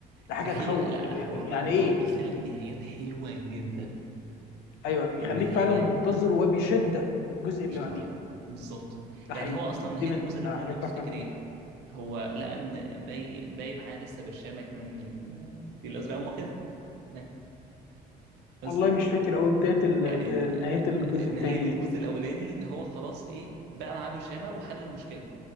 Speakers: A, on the left; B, on the right.
A: ده حاجه
B: فهي
A: تخوف
B: لا
A: يعني
B: لا هو احمد
A: يعني
B: مراد
A: ايه
B: بيخلي النهايات حلوه جدا
A: ايوه بيخليك
B: النهايات
A: فعلا منتظر وبشده الجزء
B: مش
A: اللي
B: طبيعيه
A: بعديه
B: بالظبط
A: ده
B: يعني
A: حقيقي
B: هو اصلا نهايه
A: دي من
B: الجزء الاولاني لو
A: حاجات
B: تفتكر
A: بعرف اعملها
B: ايه هو لقى ان باقي باقي معاه لسه برشامه كمان من الفيل الازرق هم كده ها؟ بس
A: والله مش فاكر قوي بدايه ال...
B: يعني
A: ب-
B: آه،
A: بنهايه الجزء
B: نهايه
A: الثاني
B: الجزء
A: دي
B: الاولاني ان هو خلاص ايه بقى معاه برشامه وحل المشكله